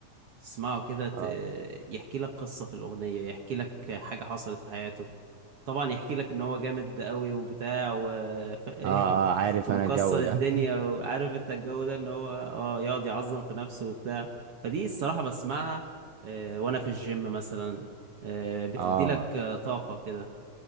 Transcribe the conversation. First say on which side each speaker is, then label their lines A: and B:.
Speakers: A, on the right (about 55°); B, on the right (about 70°).
A: تسمعه كده ت-
B: اه
A: آه، يحكي لك قصه في الاغنيه يحكي لك حاجه حصلت في حياته طبعا يحكي لك ان هو جامد قوي وبتاع و... ف...
B: اه اه
A: <laughs>
B: عارف
A: ومكسر
B: انا الجو ده
A: الدنيا وعارف انت الجو ده ان هو اه يقعد يعظم في نفسه وبتاع فدي الصراحة بسمعها آه، وانا في الجيم مثلا آه،
B: <laughs>
A: بتدي
B: اه
A: لك آه، طاقة كده